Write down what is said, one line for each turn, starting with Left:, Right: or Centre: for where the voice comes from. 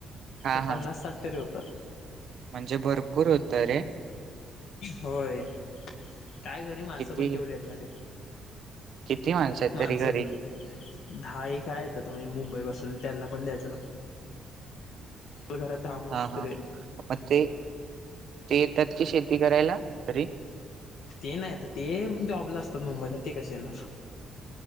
Right: हा
Left: त्या
Right: हा
Left: पन्नास साठ तरी होतात.
Right: म्हणजे भरपूर होत रे.
Left: होय काय घरी माणसं
Right: किती
Left: पण तेवढी येतणा रे.
Right: किती आहेत
Left: माणसं
Right: तरी घरी
Left: दहा एक काय येत म्हणजे मुंबई पासून त्यांना पण द्यायच्या घरात दहा माणस
Right: हा हा
Left: तरी आहेत.
Right: हा मग ते ते येतात की शेती करायला तरी.
Left: ते नाही आता ते जॉबला असतात मुंबईला ते कसे येणार.